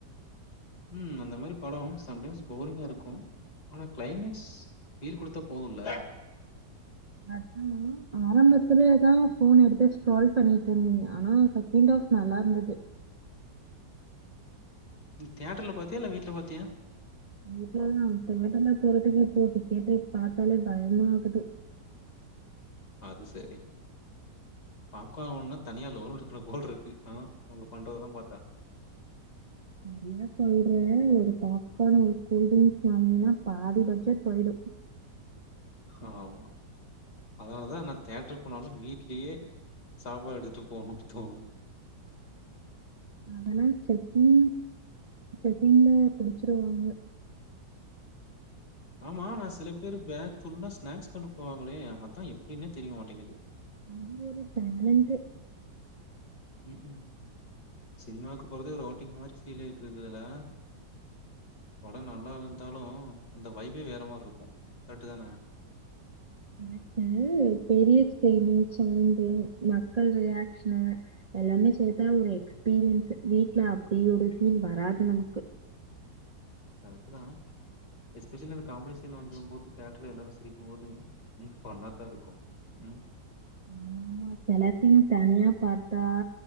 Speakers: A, on the left; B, on the right.
A: உம் அந்த மாரி படோ சம்டைம்ஸ் போரிங்கா இருக்கு ஆனா கிளைமேக்ஸ் ஈடு குடுத்தா போதும்ல
B: அதா ஆரம்பத் சொல்றதுக்கு தானே ஃபோன் எடுத்தே கால் பண்ணிட்ருந் ஆனா செகண்ட் ஆஃப் நல்லா இருந்தது
A: இது தியேட்டர்ல பாத்தியா இல்ல வீட்டு்ல பாத்தியா
B: வீட்லதா திரும்ப திரும்ப போறதுக்குள்ள போட்டு கேட்டு பாத்தாலே பயமா ஆகுது
A: அது சரி பாக்கன <unintelligible> தனியா லோன் எடுக்குல போல்ருக்கு ஆ அவங்க பண்றதெல்லா பாத்தா
B: நெறைய சொல்றே ஒரு பாப்கான் ஒரு கூல் ட்ரிங்க்ஸ் வாங்கினா பாதி பட்ஜெட் போயிடு
A: ஆமா அதனாலதா நா தேட்டரு போனாலு வீட்லயே சாப்பாடு எடுத்துட்டு போணுன்னுட்டு தோணு
B: அதெல்லா செக்கிங் செக்கிங்ல புடிச்சிருவாங்க
A: ஆமா நான் சில பேர் பேக் ஃபுல்லா ஸ்நாக்ஸ் கொண்டு போவாங்களே அதா எப்டின்னே தெரிய மாட்டேங்குது
B: அது ஒரு டேலண்ட்டு
A: உம் உம் சினிமாவுக்கு போறதே ஒரு அவுட்டிங் மாரி ஃபீல் <unintelligible> ல படோ நல்லா இருந்தாலு அந்த வைவே வேற மார்ருக்கு கரெக்ட்டு தான
B: கரெக்ட்டு பெரிய <unintelligible> சவுண்டு மக்கள் ரியாக்ஷனு எல்லாமே சேத்தா ஒரு எக்ஸ்பீரியன்ஸ்ஸு வீட்டுல அப்படி ஒரு பீல் வராது நமக்கு
A: கரெக்ட்டு தா எஸ்பெஷலி அந்த காமெடி சீன் வந்து போத்து தியேட்டர்ல எல்லாரு சிரிக்கும் போது ம் ஃபண்ணாதா இருக்கு உம்
B: ஆமாமா செல சீன் தனியா பார்த்தா